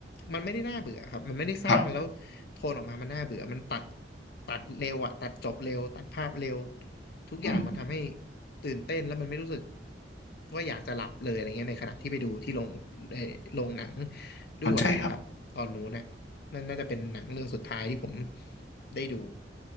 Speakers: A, on the left; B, on the left.
A: มันไม่ได้น่าเบื่อครับมันไม่ได้สร้างแล้วโทนออกมา
B: ครับ
A: มันน่าเบื่อ มันตัดตัดเร็วอะตัดจบเร็ว ตัดภาพเร็ว ทุกอย่างมันทำให้
B: อืม
A: ตื่นเต้นแล้วมันไม่รู้สึกว่าอยากจะหลับเลยอะไรเงี้ยในขณะที่ไปดูที่โรงเอ่อโรงหนัง
B: เข้าใจครับ
A: ด้วยนะครับ ตอนนู้นเนี่ยนั่นน่าจะเป็นหนังเรื่องสุดท้ายที่ผมได้ดู